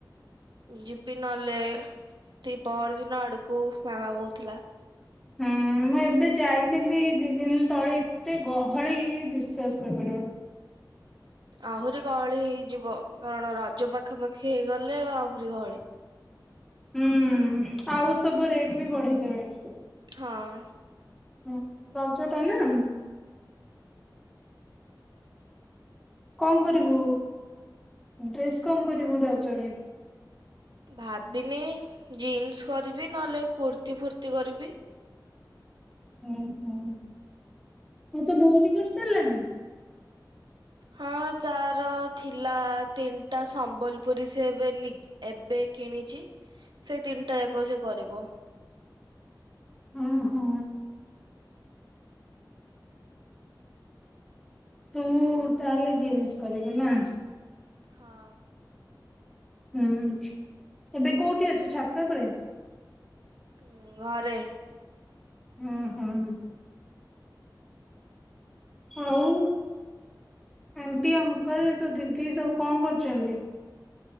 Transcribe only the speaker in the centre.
ହୁଁ ମୁଁ ଏବେ ଯାଇଥିଲି ଦି ଦିନ ତଳେ ଏତେ ଗହଳି ବିଶ୍ଵାସ କରିପାରିବନି।
ହୁଁ ଆଉ ସବୁ ରେଟ୍ ବି ବଢେଇଦେବେ।
ହୁଁ ରଜ ଟା ନା। କଣ କରିବୁ ଡ୍ରେସ୍ କଣ କରିବୁ ରଜରେ?
ଉ ହୁ ଆଉ ତ ଭଉଣୀ କରି ସାରିଲାନି?
ଉ ହୋ। ତୁ ତାହେଲେ ଜିନ୍ଷ୍ କରିବୁ ନା।
ହୁଁ ଏବେ କୋଉଠି ଅଛୁ ଛାତ ଉପରେ?
ହୁଁ ହୁଁ। ଆଉ ଆଣ୍ଟି ଅଙ୍କଲ ତ ଦିଦି ସବୁ କଣ କରୁଛନ୍ତି?